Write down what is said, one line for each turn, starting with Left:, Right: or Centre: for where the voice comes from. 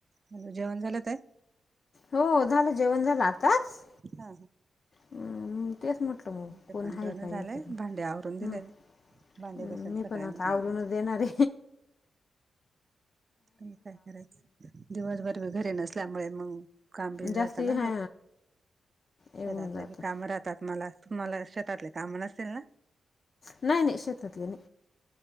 Right: हॅलो जेवण झालं ताई?
Left: हो, झालं जेवण झालं आताच
Right: हा
Left: हम्म तेच म्हटलं
Right: हा
Left: मग,,
Right: आमचं
Left: कोण
Right: पण
Left: आहे
Right: जेवण
Left: का हे
Right: झालंय
Left: करून,
Right: भांडे आवरून दिलेले.
Left: हं.
Right: भांडे
Left: हम्म
Right: घासायला
Left: मी
Right: सकाळी
Left: पण आता
Right: म्हटलं
Left: आवरूनच
Right: मग
Left: देणारे
Right: तुम्ही काय करायचं,, दिवसभर मी घरी नसल्यामुळे मग काम बीम
Left: जास्ती
Right: राहतं ना,,
Left: हा येऊन
Right: शेतातली
Left: जातं
Right: बी कामं राहतात मला. तुम्हाला शेतातले काम नसतील ना
Left: नाही नाही, शेतातले नाही.